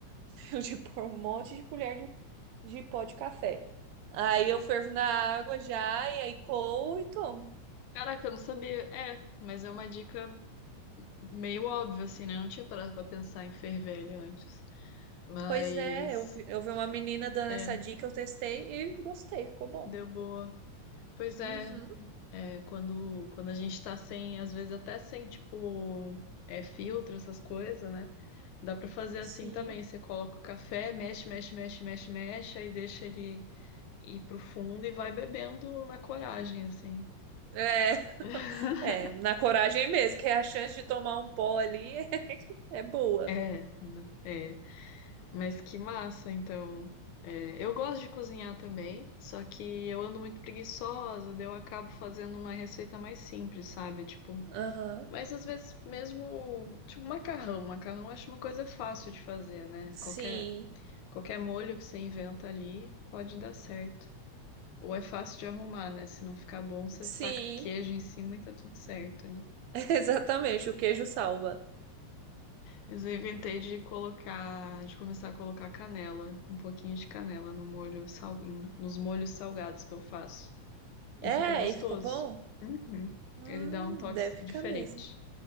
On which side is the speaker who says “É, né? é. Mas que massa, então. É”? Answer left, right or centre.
Left